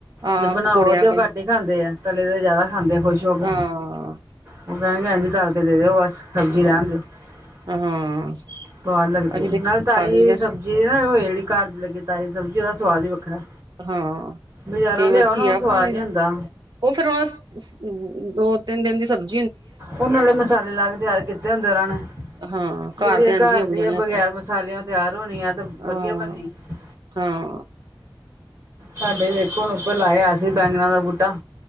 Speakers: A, on the right; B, on the right.
A: ਆਹ
B: ਜੇ ਬਣਾਓ
A: ਪਕੌੜਿਆਂ
B: ਤੇ ਉਹ
A: ਕੰ
B: ਘੱਟ ਹੀ ਖਾਂਦੇ ਆ ਤਲੇ ਦੇ ਜ਼ਿਆਦਾ ਖਾਂਦੇ ਆ ਖੁਸ਼ ਹੋ ਕੇ
A: ਹਾਂ
B: ਉਹ ਕਹਿਣਗੇ ਹਾਂ ਜੀ ਤਲ ਕੇ ਦੇ ਦਿਓ ਬਸ। ਸਬਜ਼ੀ
A: ਹਾਂ
B: ਰਹਿਣ ਦਿਓ
A: ਹਾਂ
B: <inaudible> ਸਵਾਦ ਲੱਗਦੇ
A: ਅਸੀਂ ਤੇ
B: ਨਾਲ ਤਾਜ਼ੀ
A: ਖਾ ਲਈ ਦਾ
B: ਸਬ ਜੀ ਉਹ ਨਾ ਜਿਹੜੀ ਘਰ 'ਚ ਲੱਗੇ ਤਾਜ਼ੀ ਸਬਜ਼ੀ ਉਹਦਾ ਸਵਾਦ ਹੀ ਵੱਖਰਾ।
A: ਹਾਂ
B: ਬਜ਼ਾਰੋਂ
A: ਕਈ
B: ਲਿਆਓ
A: ਵਾਰ
B: ਨਾ
A: ਘੀਆ
B: ਉਹ ਸਵਾਦ
A: ਬਣਾ ਲਈ
B: ਨੀ
A: ਦਾ।
B: ਹੁੰਦਾ
A: ਉਹ ਫਿਰ ਉਸ ਦੋ- ਤਿੰਨ ਦਿਨ ਦੀ ਸਬਜ਼
B: ਉਹ ਨਾਲੇ ਮਸਾਲੇ ਲਾ ਕੇ ਤਿਆਰ ਕੀਤੇ ਹੁੰਦੇ ਉਹਨਾਂ ਨੇ।
A: ਹਾਂ
B: ਜਿਹੜੀ
A: ਤੇ
B: ਆ
A: ਇੰਝ
B: ਘਰ
A: ਹੀ ਉਗ
B: ਦੀ
A: ਜਾਣੇ
B: ਆ
A: ਆਪੇ
B: ਬਗੈਰ ਮਸਾਲਿਆਂਓ ਤਿਆਰ ਹੋਣੀ ਆ ਤੇ ਵਧੀਆ
A: ਹਾਂ
B: ਬਣਨੀ ਆ।
A: ਹਾਂ
B: ਸਾਡੇ ਵੇਖੋ ਹੁਣ ਉੱਪਰ ਲਾਇਆ ਅਸੀ ਬੈਂਗਨਾ ਦਾ ਬੂਟਾ